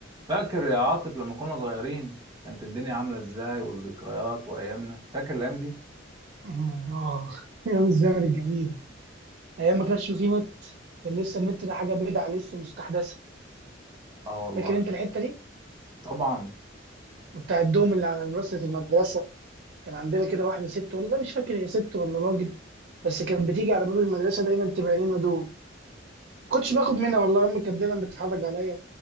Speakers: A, on the right (about 20°); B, on the right (about 55°).
A: فاكر يا عاطف لما كنا صغيرين كانت الدنيا عاملة ازاي والذكريات وأيامنا فاكر الأيام دي؟
B: آه آه، أيام الزمن الجميل أيام ما كانش فيه نت كان لسه النت ده حاجة بدعة لسه مستحدثة
A: اه والله
B: فاكر أنت الحتة دي؟
A: طبعا
B: وبتاع الدوم اللي على منصة المدرسة كان عندنا كده واحدة ست والله مش فاكر هي ست ولا راجل بس كانت بتيجي على باب المدرسة دايما تبيع لنا دوم كنتش باخد منها والله أمي كانت دايما بتتحرج عليا